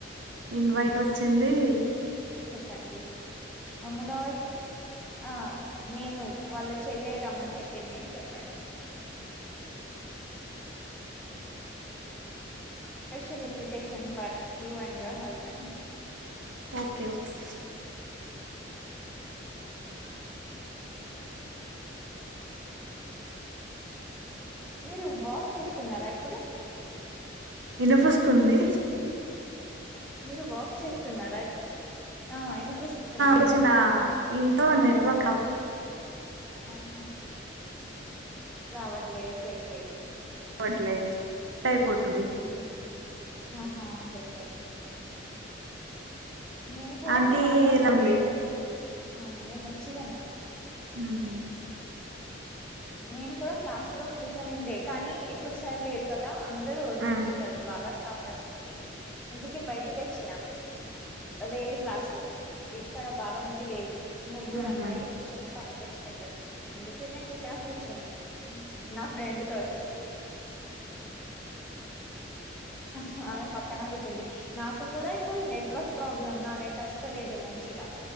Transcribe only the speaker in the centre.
చెప్పండి ఆ మొన్నవరకు ఆ నేను వాళ్ళ చెల్లె రమ్మన్ చెప్పింది అని చెప్పండి special invitation for you and your husband
<unintelligible> <inaudible> అ <inaudible> మీరు వాక్ చేస్తున్నారా ఇప్పుడు
మీరు వాక్ చేస్తున్నారా ఇప్పుడు ఆ ఇనిపిస్తుంది
అందుకే
సౌండ్
వస్తుంది ఆ హ్మ్ రావట్లే ఓకేకే
మ్మ్ హ్మ్ హా ఓకే ఓకే నేను కూడా
మా క్లాస్
లో
లేను ఆ మమ్మీ మంచిగనే ఉంది
నేను కూడా క్లాస్ లో కూర్చొనిండే కానీ ఇప్పుడు సర్ లేరు కదా అందరూ వరురుతున్నారు
బాగా సౌండొ వస్తుంది అందుకే బయటికెచ్చిన వేరే క్లాస్ లో ఇక్కడ బాగాముంది లేరు ముగ్గురు
అమ్మాయిలు కూచొని పని చేసుకుంటా మీకి అందుకే నే నీ ఇట్లా కూర్చొనన్నా నా ఫ్రెండ్ తో వచ్చిన అహ్ ఆమె పక్కన కూచ్చింది నాకు కూడా ఇప్పుడు నెట్వర్క్ ప్రాబ్లం నా నెట్ వస్తలేదు మంచిగా